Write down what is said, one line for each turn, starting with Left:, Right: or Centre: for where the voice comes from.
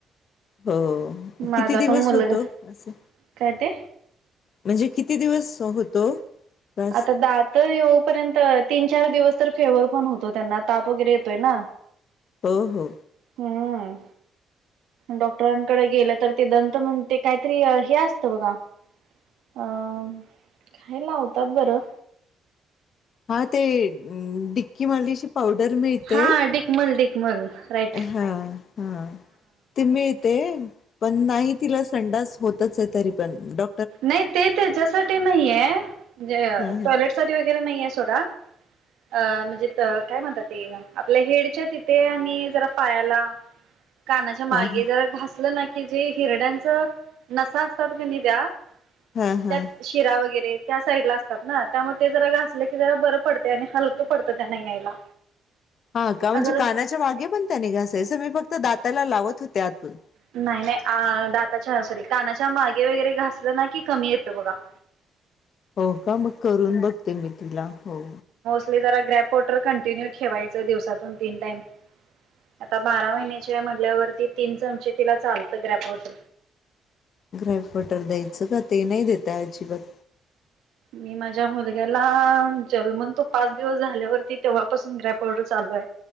Left: हो
Right: माझा
Left: किती दिवस
Right: पण मुलगा
Left: होतो असं
Right: काय ते
Left: म्हणजे किती दिवस होतो? त्रास
Right: आता दात येऊपर्यंत तीनश चार दिवस तर फेवर पण होतो त्यांना ताप वगैरे येतोय ना
Left: हो हो,
Right: हम्म डॉक्टरांकडे गेलं तर ते दंत मग ते काहीतरी हे असतं बघा अं काय लावतात बरं
Left: हा ते डिक्की मालीची पावडर मिळते.
Right: हा डिकमल डिकमल राईट
Left: हा हा ती मिळते. पण नाही तिला संडास होतच आहे तरी पण डॉ
Right: नाही ते त्याच्यासाठी नाहीय म्हणजे
Left: हा
Right: टॉयलेट
Left: हा
Right: सा वगैरे नाहीे सोडा अं म्हणजे काय म्हणतात आपल्या हेडच्या तिथे आणि जरा पायाला, कानाच्या मागे
Left: हा हा
Right: जरा घासलं ना की जे हिरड्यांच नसा असतात क नि त्या्या
Left: हा हा
Right: त्यात शिरा वगैरे त्या साईड ला असतात. ना त्यामुळे ते जरा घासलं की जरा बरं पडते आणि हलकं पडतं त्या नाही यायला,
Left: हा का म्हणजे
Right: अगर
Left: कानाच्या मागे पण त्याने घासायचं मी फक्त दाताला लावत होते आतून
Right: नाही नाही दाताच्या सॉरी कानाच्या मागे वगैरे घासलं ना की कमी येतं बघा, हा
Left: हो का मग करून बघते मी तुला हो,
Right: ज ग्रॅप रवाटर कंटिन्यू ठेवायच दिवसातून तीन टाइम आता बारा महिन्याच्या म्हल्यावरती तीन चमचे तिला चालतं ग्रॅपट
Left: ग्रॅफ वाटर द्यायचं का ते नाही दता अजिबात
Right: मी माझ्या मुलग्याला जन्मन तो पाच दिवस झाल्यावरती तेव्हापासून ग्रॅपडर वॉटर चालू